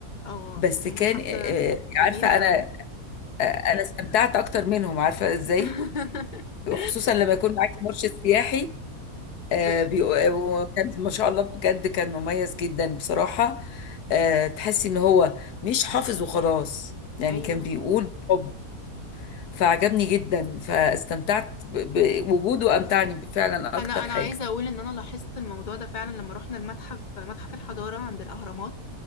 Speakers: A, on the left (about 40°); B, on the left (about 80°).
A: أو
B: بس
A: المتحف
B: كان آه،
A: ده
B: آه،
A: جميل
B: عارفه
A: قوي
B: انا آه، انا استمتعت اكتر منهم عارفه ازاي
A: <laughs>
B: خصوصا لما يكون معاكي مرشد سياحي آه،
A: ب...
B: بيق- وكان ما شاء الله بجد كان مميز جدا بصراحه آه، تحسي ان هو مش حافظ وخلاص يعني
A: أيوه
B: كان بيقول بحب فعجبني جدا فاستمتعت ب- بوجوده امتعني فعلا اكتر
A: انا انا
B: حاجه
A: عايزه اقول ان انا لاحظت الموضوع ده فعلا لما رحنا المتحف متحف الحضاره عند الاهرامات